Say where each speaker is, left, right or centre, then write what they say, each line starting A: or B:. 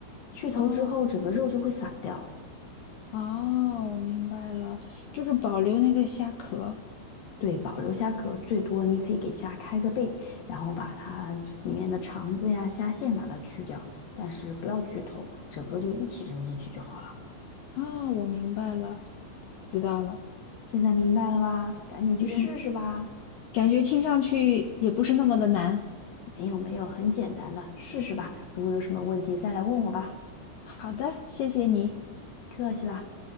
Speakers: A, on the left; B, on the left.
A: 去头之后，
B: 哦
A: 整个肉就会散掉。
B: 哦，我明白了，就是保留那个虾壳。
A: 对，保留虾壳，最多你可以给虾开个背，然后把它里面的肠子呀、虾线把它去掉，但是不要去头，整个就一起扔进去就好了。
B: 啊，我明白了，知道了。
A: 现在明白了吧？赶紧去试试吧。
B: 明，感觉听上去也不是那么的难。
A: 没有没有，很简单的，试试吧。如果有什么问题再来问我吧。
B: 好的，谢谢你。
A: 客气啦。